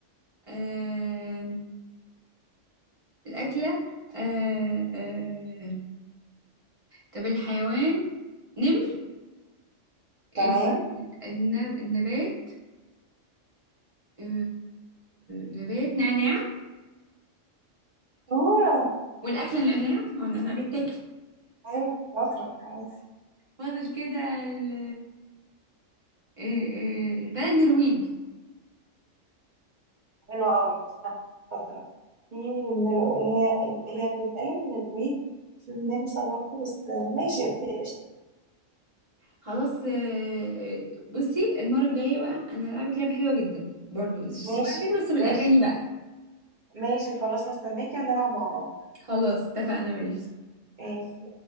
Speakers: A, on the right; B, on the right.
A: آه، الأكلة آه، آه، طب الحيوان نمر ال-
B: تمام
A: النب- النبات آه، نبات نعناع
B: دورة
A: والأكلة نعناع ما هو النعناع بيتاكل
B: أيوة شاطرة كويس
A: فاضل كده ال- آه، آه، البلد نرويج
B: حلوة أوي صح شاطرة في من ال- هي هي بتتقال من الويج في النمسا برضه بس ماشي أوكي، قشطة
A: خلاص آه، بصي المرة الجاية بقى انا هلعبك لعبة حلوة جدا برضو شبه
B: ماشي
A: كده بس بالاغاني
B: ماشي
A: بقى
B: ماشي خلاص هستناكي ونلعب مع بعض
A: خلاص اتفقنا ماشي
B: ماشي ماشي